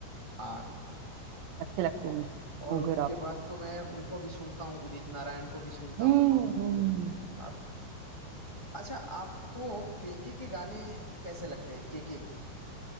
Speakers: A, on the left (about 20°); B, on the right (about 80°).
A: हाँ
B: अच्छे लगते
A: और
B: हैं मुझे
A: और
B: मोगरा
A: उसके
B: फूल
A: बाद तो मैं उनको भी सुनता हूँ उदित नारायण को भी सुनता
B: हम्म
A: हूँ
B: हम्म, हम्म।
A: आप- अच्छा आपको केके के गाने कैसे लगते हैं केके